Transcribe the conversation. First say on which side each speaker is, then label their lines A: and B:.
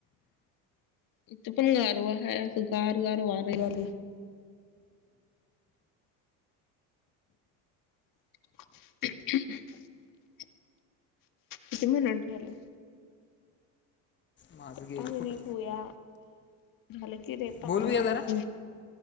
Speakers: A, on the left (about 55°); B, on the left (about 25°).
A: इथ पण गारवा हाय, अस गार गार वार यालय. <inaudible> हम हम <inaudible> किती मिनिट राहिलं?
B: माझं
A: कितना
B: गेलं
A: मिनिट
B: कुठं
A: होया, झालं कि रे पावणे
B: बोल बघूया
A: बारा
B: जरा
A: झाले.